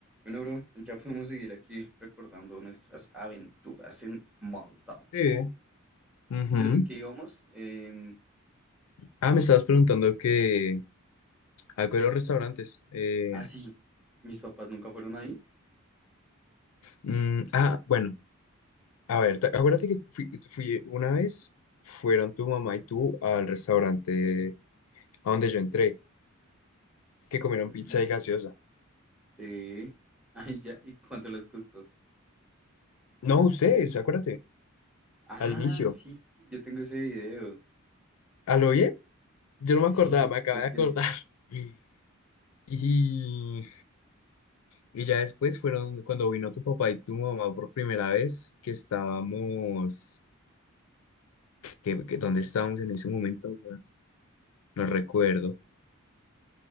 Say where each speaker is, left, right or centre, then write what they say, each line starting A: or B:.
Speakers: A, in the centre; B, on the left (about 85°).
A: Bueno, bro, ya podemos seguir aquí recordando nuestras aventuras en Malta.
B: Sí. ujú.
A: Entonces, ¿en qué íbamos? Em,
B: Ah, me estabas preguntando que algo de los restaurantes. eh,
A: ah, sí, mis papás nunca fueron ahí.
B: mm, ah, bueno, a ver, te- acuérdate que fui, fui una vez, fueron tu mamá y tú al restaurante a donde yo entré, que comieron
A: Ujú.
B: pizza y gaseosa.
A: Eh, <laughs> ay, ya, ¿y cuánto les costó?
B: No, ustedes, acuérdate,
A: Ah,
B: al inicio.
A: sí, yo tengo ese video.
B: ¿A lo bien? Yo no
A: Sí,
B: me acordaba,
A: <laughs>
B: me acabé
A: creo
B: de
A: que
B: acordar.
A: sí.
B: <laughs> Y, y ya después fueron cuando vino tu papá y tu mamá por primera vez, que estábamos, que, que- ¿dónde estábamos en ese momento? No recuerdo.